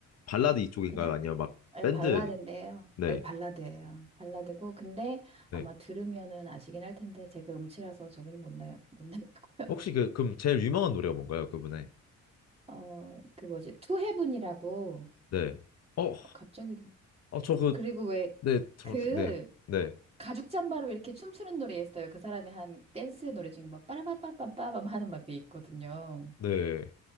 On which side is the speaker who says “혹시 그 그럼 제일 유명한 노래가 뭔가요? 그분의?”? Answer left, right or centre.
Left